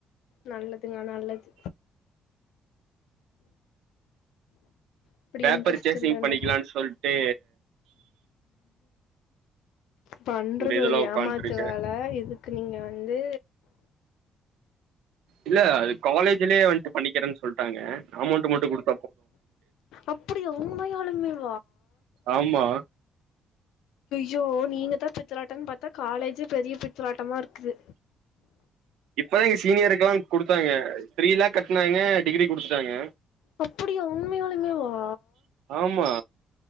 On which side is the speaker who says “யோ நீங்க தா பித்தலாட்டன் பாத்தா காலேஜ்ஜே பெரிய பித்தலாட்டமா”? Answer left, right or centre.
Left